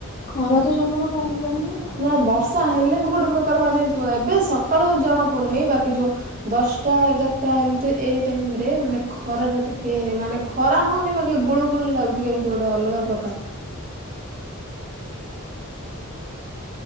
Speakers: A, on the left; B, on the right.
A: ଖରା ତ ଜମାରୁ କମିିବାରନାହିଁ ଆଉ।
B: ନାଇଁ ବର୍ଷା ହେଲେ ବି ଗୋଟେ ପ୍ରକାର ମାନେ ଯୋଉ ଏବେ ସକାଳୁ ଜଣା ପଡୁନି ବାକି ଯୋ ଦଶ୍ଟା ଏଗାର୍ଟା ଏମ୍ତି ଏ ଟାଇମରେ ମାନେ ଖ ଖରା ଟା ଟିକେ ମାନେ ଖରା ହୋଉନି ବାକି ଗୁଳୁ ଗୁଳିୁ ଲାଗୁଚି କେମିତି ଗୋଟେ ଅଲଗା ପ୍ରକାର।